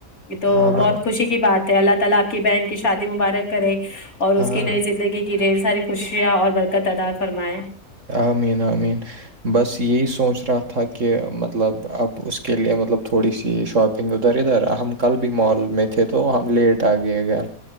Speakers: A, on the left; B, on the right.
A: یہ تو
B: ہاں
A: بہت خوشی کی بات ہے اللہ تعالا آپ کی بہن کی شادی مبارک کرے اور
B: ہاں
A: اس کی نئی زندگی کی ڈھیر ساری خوشیاں اور برکت ادار فرمائے
B: آمین آمین بس یہی سوچ رہا تھا کہ کہ مطلب اب اس کے لیے مطلب تھوڑی سی شاپنگ ادھر ادھر ہم کل بھی مال میں تھے تو ہم لیٹ آ گئے گار